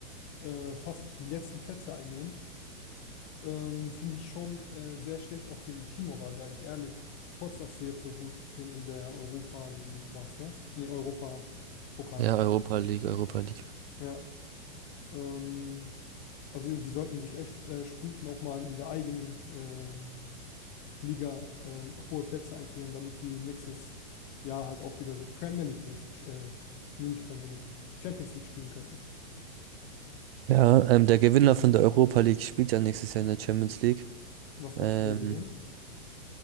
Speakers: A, on the left; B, on the right.
A: äh, fast die letzten Plätze einnehmen, ähm, finde ich schon äh, sehr schlecht, auch für die Teammoral, sage ich ehrlich. Trotz, dass sie jetzt so gut sind in der Europa League, was, gell? Nee, Europa-Pokal.
B: Ja, Europa League, Europa League.
A: Ja. Ähm, also die sollten sich echt äh, sputen, auch mal in der eigenen äh, Liga ähm, hohe Plätze einzunehmen, damit die nächstes Jahr halt auch wieder so Premier League-mäßig, äh, nee, nicht Premier League, Champions League spielen könnten.
B: Ja, ähm, der Gewinner von der Europa League spielt ja nächstes Jahr in der Champions League.
A: Was
B: Ähm,
A: glaubst du, wer gewinnt?